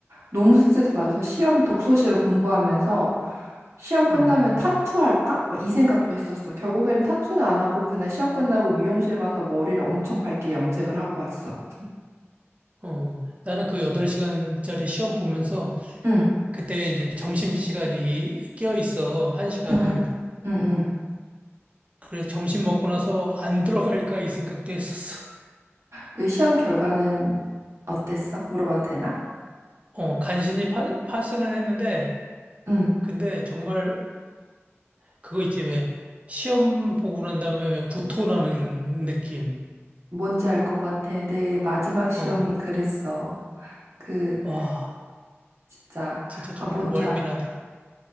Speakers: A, on the right (about 80°); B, on the right (about 30°).
A: 너무 스트레스 받아서 시험 독서실을 공부하면서 시험 끝나면
B: 음, 음.
A: 타투 할까? 막 이 생각도 했었어. 결국에는 타투는 안 하고 그날 시험 끝나고 미용실 가서 머리를 엄청 밝게 염색을 하고 왔어.
B: 어, 나는 그 8시간짜리 시험 보면서
A: 응,
B: 그때 이제 점심시간이 껴 있어. 1시간.
A: 응, 응, 응. 응.
B: 그래서 점심 먹고 나서 안 들어갈까 이 생각도 했었어.
A: 그 시험 결과는 어땠어? 물어봐도 되나?
B: 어, 간신히 파, 파스는 했는데,
A: 응.
B: 근데 정말 그거 있지 왜 시험 보고 난 다음에 왜 구토 나는 느낌.
A: 뭔지 알 것 같아. 내 마지막 시험이
B: 어,
A: 그랬어. 그
B: 와,
A: 진짜
B: 진짜 정말
A: 아 뭔지
B: 멀미나더라.
A: 알아